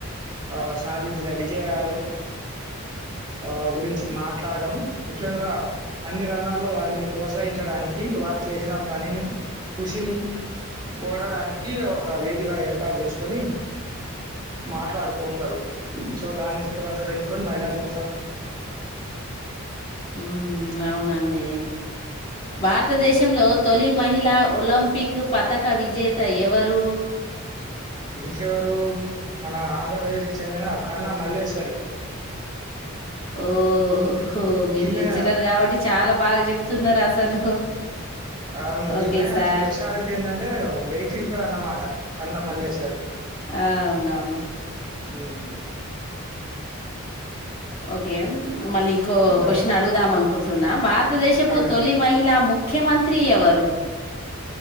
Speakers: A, on the right; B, on the left.
A: ఆ సాధించిన విజయాలు ఆ గురించి మాట్లాడడం ముఖ్యంగా అన్ని రంగాల్లో వారిని ప్రోత్సహించడానికి కి వారు చేసిన పనిని కృషిని ఓడడానికి కి ఒక వేదిక ఏర్పాటు చేసుకొని మాట్లాడుకుంటరు సో దాన్ని పురస్కరించుకొని మహిళా దినో
B: హ్మ్ అవునండి భారతదేశంలో తొలి మహిళా ఒలింపిక్ పతక విజేత ఎవరు
A: ఇంకెవరు మన ఆంధ్రప్రదేశ్కి చెందిన కరుణ మల్లేశ్వరి
B: ఓహో మీరు
A: ఈమె
B: లెక్చ్చరర్ కాబట్టి చాలా బాగా చెప్తున్నారు అసలు
A: అవును
B: ఓకే
A: ఈమె
B: సార్
A: స్పెషాలిటీ ఏంటంటే వెయిట్ లిఫ్టర్ అన్నమాట కరుణ మల్లేశ్వరి
B: అవునవును
A: హ్మ్
B: ఓకే మళ్ళీ ఇంకో
A: ఇంకా
B: క్వశ్చన్ అడుగుదాం అనుకుంటున్నా భారతదేశపు
A: అడగండి
B: తొలి మహిళా ము ముఖ్యమంత్రి ఎవరు